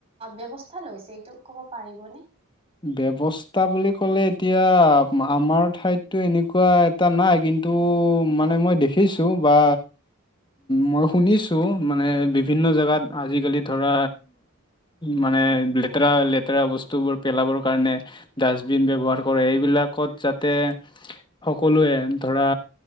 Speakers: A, on the right; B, on the left.
A: ব্য্ৱস্থা লৈছে এইটো ক'ব পাৰিবনে
B: ব্যৱস্থা বুলি ক'লে এতিয়া আমাৰ ঠাইততো এনেকুৱা এটা নাই কিন্তু মে ম দেখিছো বা মই শুনিছো মানে বিভিন্ জে আজিকালি ধৰা মানে
A: উম
B: লেতেৰা
A: হয়
B: লেতেৰা বস্তুবোৰ পেলাবৰ কাৰণে ডাষ্টবিন ব্যৱহাৰ কৰে এইবিলাকত যাতে সকলোৱে ধৰা